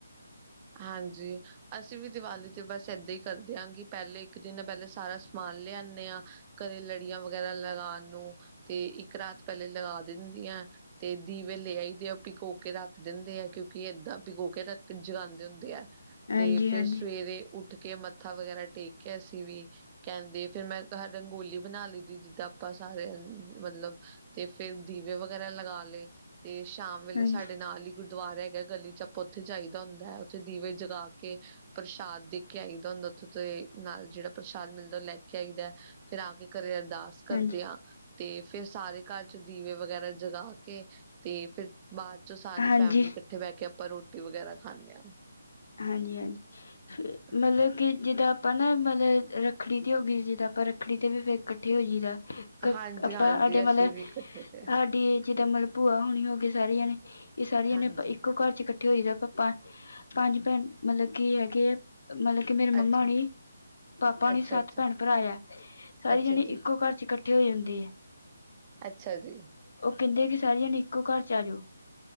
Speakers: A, on the right; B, on the left.
A: ਹਾਂਜੀ। ਅਸੀਂ ਵੀ ਦੀਵਾਲੀ ਤੇ ਬਸ ਇਏਦਾਂ ਹੀ ਕਰਦੇਿਆਂ ਹਾਂ ਕਿ ਪਹਿਲੇ ਇੱਕ ਦਿਨ ਪਹਿਲ ਲੇ ਸਾਰਾ ਸਮਾਨ ਲਿਆਦੇ ਹਾਂ। ਕਦੇ ਲੜੀਆਂ ਵਗੈਰਾ ਲਗਾਉਣ ਨੂੰ। ਤੇ ਇੱਕ ਰਾਤ ਪਹਿਲੇ ਲਗਾ ਦਿੰਦੀਆਂ। ਤੇ ਦੀਵੇ ਲੈ ਆਈ ਦੇ ਆ ਪਿਕੋ ਕੇ ਰੱਖ ਦਿੰਦੇ ਆ। ਕਿਉਂਕਿ ਏਦਾਂ ਪਿਕੋਕੇ ਰੱਖ ਜਗਾਦੇ ਹੁੰਦੇ ਆ।
B: ਹਾਂਜੀ
A: ਤੇ ਫੇਰ
B: ਹਾਂਜੀ
A: ਸਵੇਰੇ
B: ਹਾਂਜੀ
A: ਉੱਠ ਕੇ ਮੱਥਾ ਵਗੈਰਾ ਟੇਕ ਕੇ ਅਸੀਂ ਵੀ ਕਹਿੰਦੇ ਫਿਰ ਮੈਂ ਰੰਗੋਲੀ ਬਣਾ ਲਈਦੀ ਜਿੱਦਾਂ ਆਪਾਂ ਸਾਰੇਿਆਂ ਮਤਲਬ ਤੇ ਫੇਰ ਦੀਵੇ ਵਗੈਰਾ ਲਗਾ ਲਏ। ਤੇ ਸ਼ਾਮ ਵੇਲੇ
B: ਹਾਂਜੀ
A: ਸਾਡੇ ਨਾਲ ਹੀ ਗੁਰਦੁਆਰਾ ਹੈਗਾ ਗਲੀ ਚ' ਆਪਾਂ ਉੱਥੇ ਜਾਈਦਾ ਹੁੰਦਾ ਹੈ। ਉਥੇ ਦੀਵੇ ਜਗਾ ਕੇ ਪ੍ਰਸ਼ਾਦ ਦੇ ਕੇ ਆਈਦਾ ਹੁੰਦਾ। ਉੱਥੇ ਤੇ ਨਾਲ ਜਿਹੜਾ ਪ੍ਰਸ਼ਾਦ ਮਿਲਦਾ ਲੈ ਚਾਹਿਦਾ। ਫੇਰ ਆ ਕੇ ਘਰੇ ਅਰਦਾਸ
B: ਹਾਂਜੀ
A: ਕਰਦੇ ਆ। ਤੇ ਫੇਰ ਸਾਰੇ ਘਰ ਚ 'ਦੀਵੇ ਵਗੈਰਾ ਜਗਾ ਕੇ ਤੇ ਫਿਰ ਬਾਅਦ ਚੋਂ ਸਾਰੀ
B: ਹਾਂਜੀ
A: ਫੈਮਲੀ ਇਕੱਠੇ ਬਹਿ ਕੇ ਆਪਾਂ ਰੋਟੀ ਵਗੈਰਾ ਖਾਂਦੇ ਹਾਂ।
B: ਹਾਂਜੀ- ਹਾਂਜੀ,
A: ਹਾਂ
B: ਮਤਲਬ ਕਿ ਜਿਦਾਂ ਆਪਾਂ ਨਾ ਮਤਲਬ ਰ ਰੱਖੜੀ ਦੀ ਹੋ ਗਈ। ਜੇ ਪਰ ਰੱਖੜੀ ਤੇ ਵੀ ਫੇਰ ਇਕੱਠੇ ਹੋਈਦਾ। ਆਪਾਂ
A: ਹਾਂਜੀ ਹਾਂਜੀ
B: ਸਾਡੇ ਮਤਲਬ,
A: ਅਸੀਂ ਵੀ ਇਕੱਠੇ ਤੇ
B: ਸਾਡੀ ਜਿੱਦਾਂ ਮਤਲਬ ਭੂਆ ਹੋਣੀ ਹੋ ਗਈ ਸਾਰੀਆਂ ਜਾਣੇ। ਇਹ ਸਾਰੀਆਂ
A: ਹਾਂਜੀ
B: ਨੇ ਇੱਕੋ ਘਰ ਚ' ਇਕੱਠੇ ਹੋਈਦਾ ਪਾਪਾ ਪੰਜ ਭੈਣ ਮਤਲਬ ਕੀ ਹੈਗੇ ਹੈ। ਮਤਲਬ ਕਿ ਮੇਰੇ ਮੰਮਾ
A: ਅੱਛਾ
B: ਨੇ ਪਾਪਾ ਹੁਣੀ
A: ਅੱਛਾ
B: ਸੱਤ
A: ਅੱਛਾ
B: ਭੈਣ -ਭਰਾ ਹੈ। ਸਾਰੀ
A: ਅੱਛਾ
B: ਜਣੇ
A: ਜੀ
B: ਇੱਕੋ ਘਰ ਚ' ਇਕੱਠੇ ਹੋਈ ਜਾਂਹੁੰਦੇ ਹੈ।
A: ਅੱਛਾ ਜੀ।
B: ਕਹਿੰਦੇ ਕਿ ਸਾਰੀ ਜਾਣੇ ਇੱਕੋ ਘਰ ਚ' ਆ ਜਾਓ।